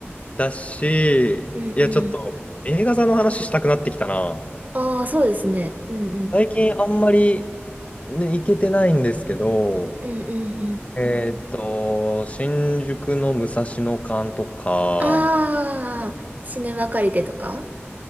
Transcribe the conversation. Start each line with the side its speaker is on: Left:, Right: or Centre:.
Left: だし、
Right: <laughs> うんうん。
Left: いや、ちょっと映画座の話したくなってきたな。
Right: <laughs> ああ、そうですね。うんうん。
Left: 最近あんまり、ね、行けてないんですけど、
Right: うんうんうん。
Left: えーっと、新宿の武蔵野館とか、
Right: ああ、シネマ借りてとか